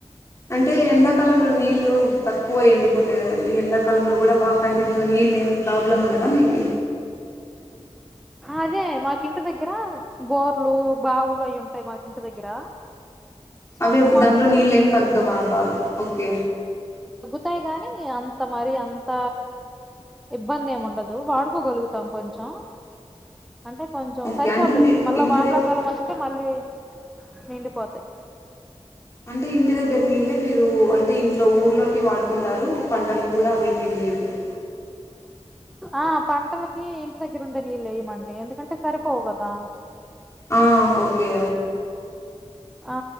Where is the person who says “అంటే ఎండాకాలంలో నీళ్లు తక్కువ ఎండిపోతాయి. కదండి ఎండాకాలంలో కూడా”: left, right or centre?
Left